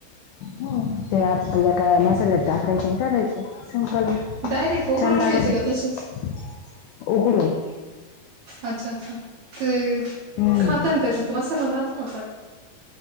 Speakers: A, on the left (about 85°); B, on the right (about 70°).
A: हो ते आपल्या काय मसाल्यात टाकायचे आणि करायचे संपल.
B: डायरेक्ट उकडून
A: छान लागत
B: घ्यायची
A: हे
B: का तशीच
A: उकडून.
B: अच्छा अच्छा ते
A: हम्म
B: खाता ना त्याच्यात मसाला राहतो का पण.